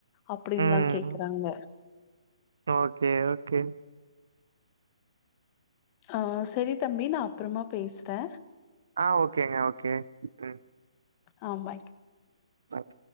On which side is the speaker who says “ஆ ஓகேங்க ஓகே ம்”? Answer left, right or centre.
Right